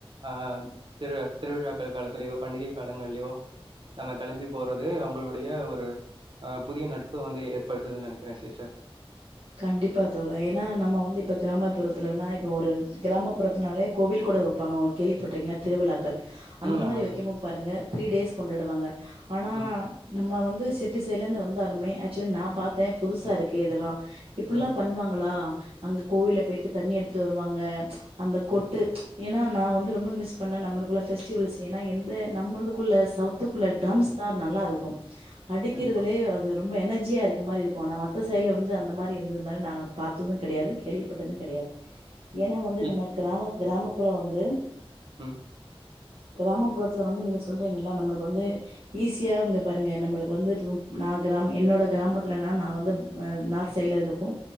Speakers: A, on the right; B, on the right.
A: ஹ திரு திருவிழாக்கள் காலத்திலயோ பண்டிகை காலங்களிலோ நம்ம கிளம்பி போறது அவுங்களுடைய ஒரு ஹ புதிய நட்பு வந்து ஏற்படுத்துதுன்னு நெனக்கிறேன் சிஸ்டர்
B: கண்டிப்பா தோழா ஏன்னா நம்ம வந்து இப்ப கிராமப்புறத்துலன்னா இப்ப ஒரு கிராமப்புறத்தனாலே கோவில் கொட வைப்பாங்க உங்களுக் கேள்விப்பட்ருக்கீங்களா திருவிழா அந்த
A: ம்
B: மாதிரி
A: ஆமா
B: வைக்கோ
A: சிஸ்டர்
B: பாருங்க த்ரீ டேஸ் கொண்டாடுவாங்க ஆனா
A: ம்
B: நம்ம வந்து சிட்டி சைட்ல இருந்து வந்தாலுமே ஆக்சுவலி நா பாத்தேன் புதுசா இருக்கு இதெல்லாம் இப்டில்லா
A: ம்
B: பண்ணுவாங்களா அங்க கோவில போயிட்டு தண்ணி எடுத்துட்டு வருவாங்க அந்த கொட்டு ஏனா நா வந்து ரொம்ப மிஸ் பண்ணேன் நம்மளுக்குள்ள பெஸ்டிவல்ஸ் ஏனா எந்த நம்மளுக்குள்ள சவுத்துக்குள்ள டிரம்ஸ் தான் நல்லா இருக்கும் அடிக்கிறதுலயே
A: கண்டிப்பா
B: அது ரொம்ப எனர்ஜியா இருக்க மாரி இருக்கும் மத்த சைடுல வந்து அந்த மாரி து இருந்தது மாரி நா பாத்ததுங் கெடையாது கேள்விப்பட்டதுங் கெடையாது ஏன்னா வந்து
A: இ
B: நம்ம கிராம கிராம அப்பற வந்து
A: உம்
B: கிராமப்புறத்துல வந்து நீங்க சொல்றீங்கல்ல நம்மளுக்கு வந்து ஈஸியா அவுங்க பாருங்க நம்மளுக்கு வந்து இப்ப நா கிராம என்னோட கிராமத்துலனா நான் வந்து ஆ நா செய்யல இருப்போம்